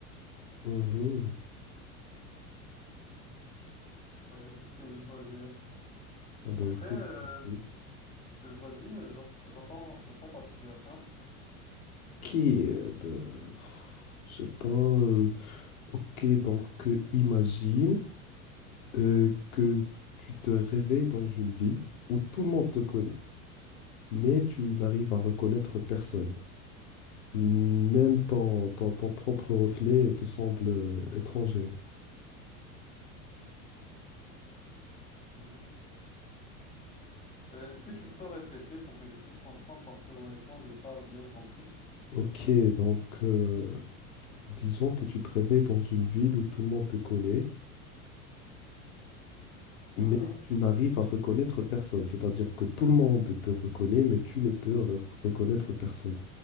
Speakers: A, on the left; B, on the left.
A: Mhm.
B: Ouais, c'est ce que je sois gérer.
A: Ah bah
B: Après,
A: écoute,
B: euh,
A: c'est cool.
B: euh, vas-y, euh, j'at- j'attends, j'attends ta situation.
A: Ok, euh, bah, pff, je sais pas. euh, ok, donc euh, imagine euh, que tu te réveilles dans une ville où tout le monde te connaît, mais tu n'arrives à reconnaître personne. Même ton, ton, ton propre reflet te semble euh, étranger.
B: Mhm. Euh, Est-ce que tu peux répéter pour que je puisse comprendre? Parce que honnêtement, j'ai pas bien compris.
A: Ok, donc euh, disons que tu te réveilles dans une ville où tout le monde te connaît, mais
B: Mhm.
A: tu n'arrives à reconnaître personne. C'est-à-dire que tout le monde te reconnaît, mais tu ne peux re- reconnaître personne,